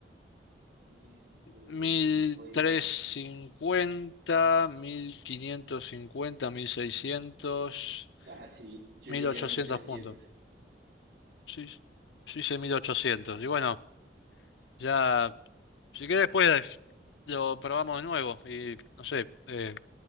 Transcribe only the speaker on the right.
500,
cincuenta
Ah, sí, yo
llegué
a mil trescientos